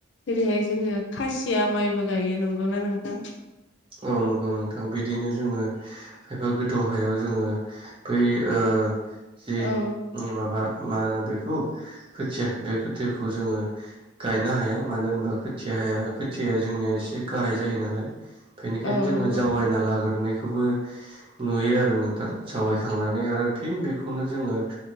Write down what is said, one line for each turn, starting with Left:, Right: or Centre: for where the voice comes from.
Left: जेरैहाय आय जोङो खासिया माइबो गायो नंगौनाा नोंथां?
Right: औ नंगौ नोंथां बिदिनो जोङो खायफा गोथौ हायाव जोङो बै ओ ओ जि
Left: औ
Right: माबा ओ मा होनो बेखौ खोथिया बे खोथियाखौ जोङो गायनो हाया मानो होनबा खोथिया हाया खथिया जोंनिया एसे गाहाय जायो नालाय बेनिखायनो
Left: औ
Right: जोङो
Left: नंगौ
Right: जावायना लाग्रोनाय खौबो नुयो आरो नोंथां सावायखांनानै आरो फिन बेखौनो जोङो